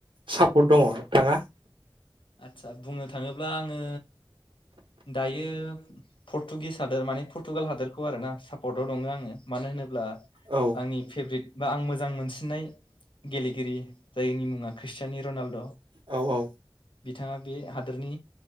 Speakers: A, on the right; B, on the left.
A: सापर्ट दङ नोंथाङा
B: आदसा बुंनो थाङोब्ला आङो दायो पर्टुगिस हादोरमानि प्रटुगुल हादरखौ आरो ना सापर्टआव दङो आङो मानो होनोब्ला
A: औ
B: आंनि फेभरेट बा आं मोजां मोनसिननाय गेलेगिरि जायनि मुङा ख्रिस्टियनि रनाल्द'
A: औ औ
B: बिथाङा बे हादोरनि